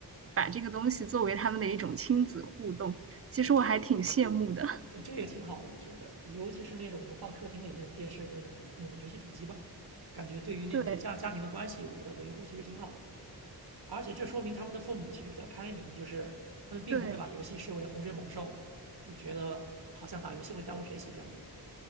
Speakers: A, on the right; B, on the right.
A: 把这个东西作为他们的一种亲子互动。其实我还挺羡慕的。
B: 对，这也对，这也挺好的，我觉得，尤其是那种能放客厅里的那种电视的那种那种游戏主机吧，感觉对于那种家家庭的关系我的维护其实挺好的。
A: <laughs> 对
B: 而且这说明他们的父母其实比较开明，就是他们并不会把游戏视为洪水猛兽，
A: 对，
B: 就觉得好像打游戏会耽误学习这样的。